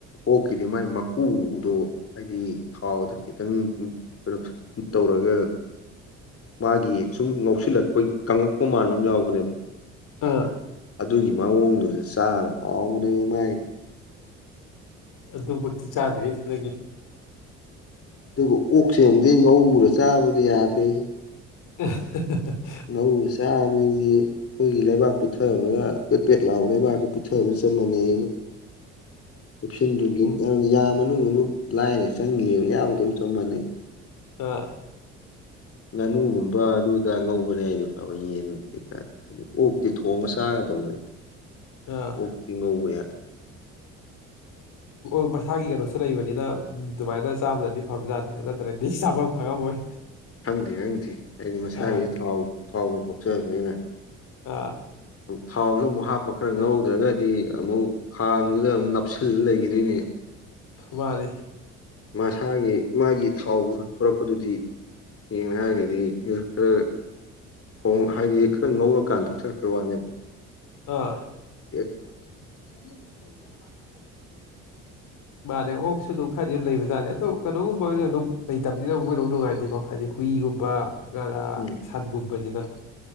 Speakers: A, on the left (about 40°); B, on the left (about 65°).
A: ꯑꯣꯛꯀꯤꯗꯤ ꯃꯥꯏ ꯃꯀꯨꯗꯣ ꯍꯥꯏꯗꯤ ꯈꯥꯎꯗ ꯈꯤꯇꯪ ꯀꯩꯅꯣ ꯇꯧꯔꯒ ꯃꯥꯒꯤ ꯁꯨꯝ ꯉꯧꯁꯤꯜꯂꯛꯄꯒꯤ ꯀꯪꯂꯪꯉꯛꯄ ꯃꯥꯟꯕ ꯑꯃ ꯌꯥꯎꯕꯅꯦꯕ
B: ꯑꯥ
A: ꯑꯗꯨꯒꯤ ꯃꯑꯣꯡꯗꯨꯗ ꯆꯥꯔ ꯍꯥꯎꯕꯅꯦꯕ ꯃꯥꯏ
B: ꯑꯗꯨꯃꯛꯇꯤ ꯆꯥꯗ꯭ꯔꯤ ꯑꯗꯒꯤ
A: ꯑꯗꯨꯒ ꯑꯣꯛꯁꯦꯝꯗꯤ ꯉꯧꯔ ꯆꯥꯕꯗꯤ ꯌꯥꯗꯦ
B: ꯑ <unintelligible>
A: ꯉꯧꯔ ꯆꯥꯕꯤꯅꯤ ꯑꯩꯈꯣꯏꯒꯤ ꯂꯩꯕꯥꯛ ꯄꯨꯊꯕꯒ ꯄꯦꯄꯦꯠ ꯂꯥꯎꯑꯣ ꯂꯩꯕꯥꯛꯁ ꯄꯨꯊꯕꯒ ꯆꯞ ꯃꯥꯟꯅꯩꯑꯕ ꯁꯟꯗꯨꯒꯤ
B: ꯎꯝ
A: ꯌꯥꯝ ꯌꯥꯝꯕꯅꯦ ꯂꯥꯏꯅ ꯆꯪꯉꯑꯕ ꯌꯥꯎꯗꯧ ꯆꯞ ꯃꯥꯟꯅꯩ
B: ꯑꯥ
A: ꯉꯥꯅꯨꯒꯨꯝꯕ ꯑꯗꯨꯗ ꯉꯧꯕꯅꯦ ꯍꯥꯏꯗꯤ ꯐꯕ ꯌꯦꯟ ꯀꯩꯀꯥꯗꯤ ꯑꯗꯨ ꯑꯣꯛꯇꯤ ꯊꯣꯡꯉ ꯆꯥꯒꯗꯧꯅꯤ
B: ꯑ <unintelligible>
A: ꯑꯣꯛꯇꯤ ꯉꯧꯕ ꯌꯥ
B: ꯎꯝꯕꯁꯒꯤꯒꯔꯣꯁꯦ ꯂꯩꯕꯅꯤꯅ ꯎꯝ ꯑꯗꯨꯃꯥꯏꯅ ꯆꯥꯕꯗꯗꯤ ꯐꯕꯖꯥꯠꯅꯤ ꯅꯠꯇ꯭ꯔꯒꯗꯤ ꯆꯥꯐꯝ ꯈꯪꯉꯝꯃꯣꯏ
A: ꯈꯪꯗꯦ ꯈꯪꯗꯦ ꯍꯥꯏꯗꯤ ꯃꯁꯥꯒꯤ
B: ꯑꯥ
A: ꯊꯥꯎ ꯊꯥꯎꯗꯣ ꯊꯣꯛꯆꯕꯅꯤꯅ
B: ꯑꯥ <unintelligible>
A: ꯊꯥꯎꯁꯨ ꯑꯃꯨꯛ ꯍꯥꯞꯄ ꯈꯔ ꯉꯧꯗ꯭ꯔꯒꯗꯤ ꯑꯃꯨꯛ ꯈꯥꯡꯗꯨꯗ ꯑꯃꯛ ꯅꯞꯁꯤꯜꯂ ꯂꯩꯈꯤꯗꯣꯏꯅꯦ
B: ꯋꯥꯗꯤ
A: ꯃꯁꯥꯒꯤ ꯃꯥꯒꯤ ꯊꯥꯎ ꯊꯣꯛꯂꯛꯄꯗꯨꯗꯤ ꯌꯦꯡꯅ ꯍꯥꯏꯔꯒꯗꯤ ꯈꯔ ꯊꯣꯡ ꯍꯥꯏꯗꯤ ꯈꯔ ꯉꯧꯔꯀꯥꯟ ꯊꯣꯛꯣꯡ ꯀꯀ ꯋꯥꯅꯤ
B: ꯑꯥ
A: ꯌꯦ
B: <inaudible>
A: <inaudible>
B: ꯃꯥꯅꯦ ꯑꯣꯁꯨ ꯑꯗꯨꯝ ꯈꯔꯗꯤ ꯑꯗꯨꯝ ꯂꯩꯕ ꯇꯥꯔꯦ ꯑꯗꯣ ꯀꯩꯅꯣꯒꯕ ꯑꯣꯏꯅ ꯑꯗꯨꯝ ꯂꯩꯇꯕꯅꯤꯅ ꯃꯣꯏꯅꯣ ꯅꯨꯡꯉꯥꯏꯅꯤꯀꯣ ꯍꯥꯏꯗꯤ ꯍꯨꯏꯒꯨꯝꯕ ꯉꯥꯔ
A: ꯎꯝ
B: ꯁꯟꯒꯨꯝꯕꯁꯤꯗ